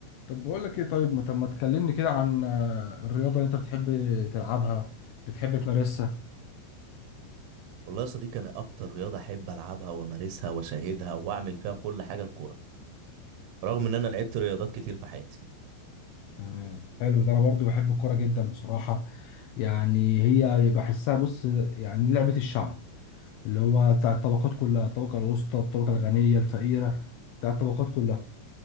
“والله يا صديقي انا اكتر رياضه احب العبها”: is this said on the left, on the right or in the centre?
Right